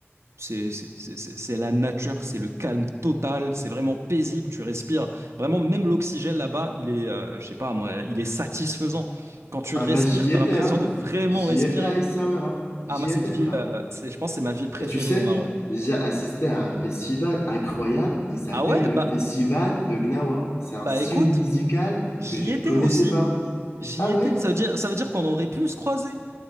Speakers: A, on the right; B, on the left.
A: c'est c'est- c'est- c'est- la nature, c'est le calme total, c'est vraiment paisible, tu respires. Vraiment, même l'oxygène là-bas, il est, euh, je sais pas moi, il est satisfaisant. Quand tu
B: Ah
A: respires,
B: bah j'y
A: tu
B: étais,
A: as l'impression
B: hein.
A: de vraiment
B: J'y
A: respirer.
B: étais à Essaouira. J'y
A: Ah, moi, cette
B: étais,
A: ville,
B: frère.
A: euh, c'est, je pense que c'est ma ville préférée
B: Et tu sais,
A: au Maroc.
B: j'ai assisté à un festival incroyable, il s'appelle
A: Ah ouais,
B: le
A: bah,
B: Festival de Gnawa. C'est un
A: bah
B: style
A: écoute,
B: musical
A: j'y
B: que je
A: étais
B: connaissais
A: aussi.
B: pas.
A: J'y
B: Ah ouais?
A: étais. Ça veut dire, ça veut dire qu'on aurait pu se croiser.